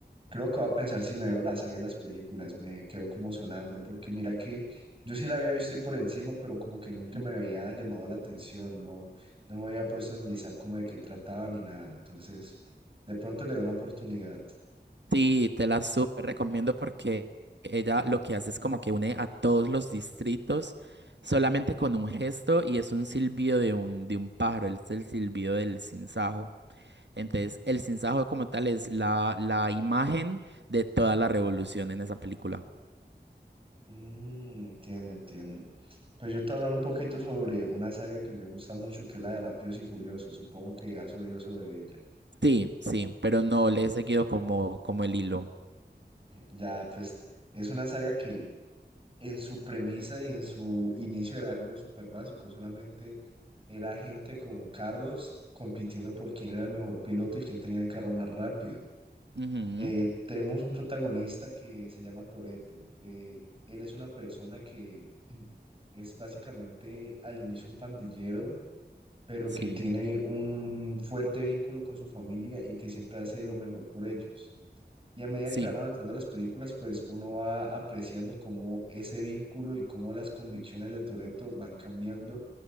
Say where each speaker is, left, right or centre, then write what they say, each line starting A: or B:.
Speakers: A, on the right (about 30°); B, on the right (about 75°).
A: Creo que voy a pensar si me veo la saga de las películas, me quedo como sonando, porque mira que yo sí la había visto y por encima, pero como que nunca
B: Ujú.
A: me había llamado la atención, no, no me había puesto a analizar como de qué trataba ni nada, entonces de pronto le doy una oportunidad.
B: Sí, te la súper recomiendo porque ella lo que hace es como que une a todos los distritos solamente con un gesto y es un silbido de un, de un pájaro, es el silbido del sinsajo. Entonces, el sinsajo como tal es la, la imagen de toda la revolución en esa película.
A: Mm, entiendo, entiendo. Pues yo te voy a hablar un poquito sobre una saga que me gusta mucho, que es la de Rápidos y Furiosos, supongo que has oído sobre ella.
B: Sí, sí, pero no le he seguido como, como el hilo.
A: Ya, pues es una saga que en su premisa y en su inicio era algo súper básico, solamente era gente con carros compitiendo por quién era el mejor piloto y quién tenía el carro más rápido.
B: Ujú,
A: Eh, tenemos un protagonista que se llama Toretto. Eh, él es una persona que <clears throat> mm, es básicamente al inicio un pandillero, pero
B: Sí,
A: que tiene un fuerte vínculo con su familia y que siempre hace lo mejor por ellos. Y a medida
B: sí.
A: que van avanzando las películas, pues uno va apreciando cómo ese vínculo y cómo las convicciones de Toretto van cambiando